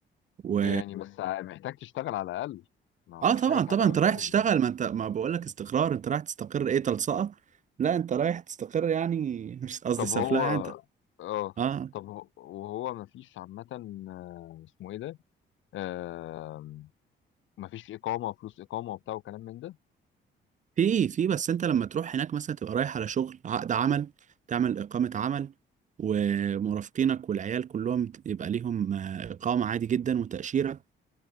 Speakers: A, on the right; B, on the left.
A: و
B: يعني بس ع- محتاج تشتغل على الأقل ما هو
A: اه
B: مفيش
A: طبعا
B: حاجة سهلة
A: طبعا
B: أوي
A: انت
B: اه
A: رايح
B: كده
A: تشتغل
B: يعني
A: ما انت ما بقول لك استقرار انت رايح تستقر ايه تلصقه لا انت رايح تستقر يعني مش قصدي
B: طب
A: سفلقه
B: هو
A: يعني انت
B: اه
A: اه
B: طب هو- وهو مفيش عامة آه، اسمه ايه ده آه مفيش إقامة فلوس إقامة وبتاع وكلام من ده
A: في في بس انت لما تروح هناك مثلا تبقى رايح على شغل عقد عمل تعمل إقامة عمل ومرافقينك والعيال كلهم يبقى ليهم آه، إقامة عادي جدا وتأشيرة